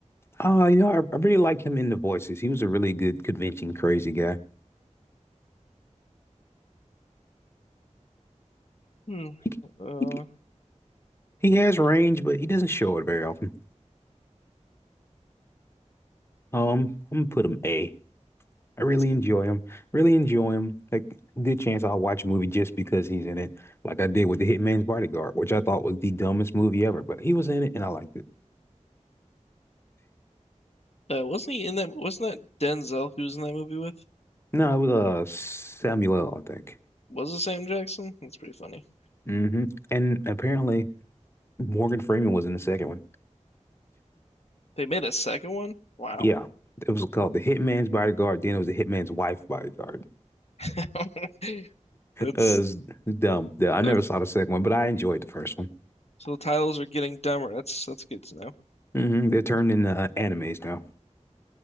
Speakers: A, on the left; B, on the left.
A: Oh, you know, I, I really like him in the voices. He was a really good convention crazy guy.
B: Hmm.
A: He,
B: Uh,
A: he, he has range, but he doesn't show it very often. Um, I'm gonna put him A. I really
B: that's good.
A: enjoy him. Really enjoy him. Like, good chance I'll watch a movie just because he's in it, like I did with The Hitman's Bodyguard, which I thought was the dumbest movie ever, but he was in it and I liked it.
B: Uh, wasn't he in that? Wasn't that Denzel who was in that movie with?
A: No, it was uh Samuel, L., I think.
B: Was it Sam Jackson? That's pretty funny.
A: hmm And apparently Morgan Freeman was in the second one.
B: They made a second one? Wow.
A: Yeah. It was called The Hitman's Bodyguard. Then it was The Hitman's Wife Bodyguard. <laughs>
B: <laughs> That's
A: Uh, it's dumb. Yeah, I
B: uh,
A: never saw the second one, but I enjoyed the first one.
B: so the titles are getting dumber. That's that's good to know.
A: hmm They're turned into uh, animes now.